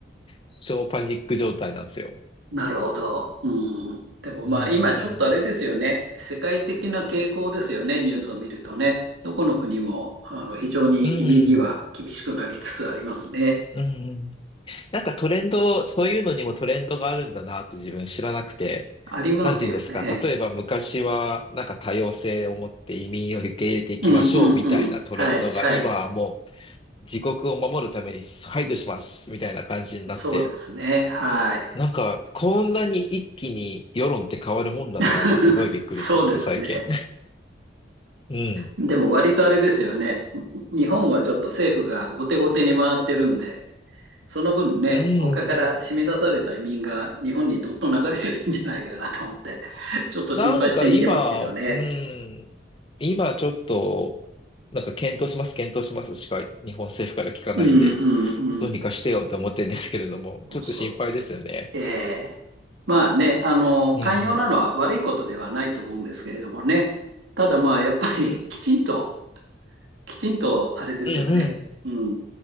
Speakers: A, on the left; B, on the right.
A: 超パニック状態なんですよ。
B: なるほど。うん。でもまあ今ちょっとあれですよね。
A: うん
B: 世界的な傾向ですよね。ニュースを見るとね。どこの国もあの非常に移民には厳しくなりつつありますね。
A: うんうん。うん。うんうんなんかトレンド、そういうのにもトレンドがあるんだなって自分知らなくて、
B: ありますよね。
A: なんて言うんですか、例えば昔はなんか多様性を持って移民を受け入れていきましょうみたいなトレンドが、
B: うんうんうん。はい。はい。
A: 今はもう自国を守るために排除しますみたいな感じになって、
B: そうですね。はい。
A: なんかこんなに一気に世論って変わるもんだなってすごいびっくりしてます、
B: <laughs> そうですね。
A: 最近。<laughs> うん。
B: でも割とあれですよね。日本はちょっと政府が後手後手に回ってるんで、その分ね、
A: うん。
B: 他から締め出された移民が日本にどっと流れてるんじゃないかなと思って、ちょっと心配して見てますけどね。
A: なんか今、うん、今ちょっと、なんか検討します、検討しますしか日本政府から聞かないんで、
B: うんうんうん。
A: どうにかしてよと思ってるんですけれども、
B: そうそう。
A: ちょっと心配ですよね。
B: ええまあね、あの、
A: うんうん。
B: 寛容なのは悪いことではないと思うんですけれどもね。ただまあ、やっぱり <laughs> きちんと、きちんとあれですよね。
A: うんうん。
B: うん。